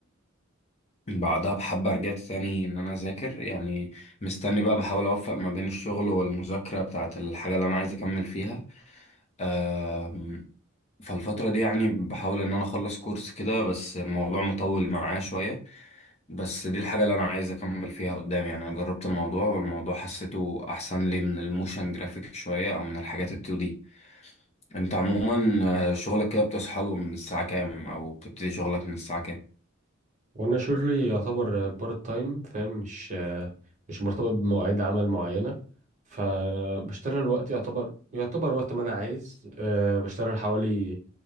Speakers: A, on the left; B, on the right.
A: بعدها بحبة رجعت تاني إن أنا أذاكر يعني مستني بقى بحاول أوفق ما بين الشغل والمذاكرة بتاعة الحاجة اللي أنا عايز أكمل فيها آم، فالفترة دي يعني بحاول إن أنا أخلص كورس كده بس الموضوع مطول معايا شوية بس دي الحاجة اللي أنا عايز أكمل فيها قدام يعني أنا جربت الموضوع والموضوع حسيته أحسن لي من الموشن جرافيك شوية أو من الحاجات التو دي أنت عموما آه، شغلك كده بتصحى له من الساعة كام أو بتبتدي شغلك من الساعة كام؟
B: وانا شغلي يعتبر بارت تايم فاهم مش آه، مش مرتبط بمواعيد عمل معينة فبشتغل وقت يعتبر يعتبر وقت ما انا عايز آه، بشتغل حوالي